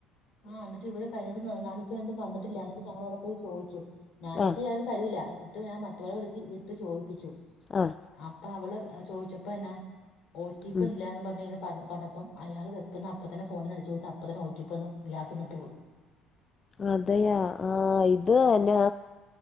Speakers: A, on the left (about 65°); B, on the left (about 30°).
A: ആഹ് എന്നിട്ടിവിടെ <unintelligible> നാലൂസം വന്ന്ട്ടില്ല എന്നിട്ട് ഞങ്ങളാടപ്പോയി ചോയ്ച്ച് <unintelligible>
B: ആ
A: തരൂല എന്നിട്ട് ഞാമറ്റവനെ വിളിച്ച് വിട്ട് ചോയിപ്പിച്ചു
B: ആഹ്
A: അപ്പ അവള് ചോയിച്ചപ്പോ എന്നാ ഒ ടി പി
B: ഉം
A: ഇല്ലാന്ന് പറഞ്ഞിനെ പറ പറഞ്ഞപ്പം അയാൾ വെക്ക്ന്നപ്പ തന്നെ ഫോണ്ന്ന് അടിച്ച് കൊടുത്ത് അപ്പ തന്നെ ഒ ടി പി വന്ന് ഗ്യാസും തന്ന്ട്ട് പോയി
B: അതെയാ ആഹ് ഇത്
A: ഉം.
B: ന്നെ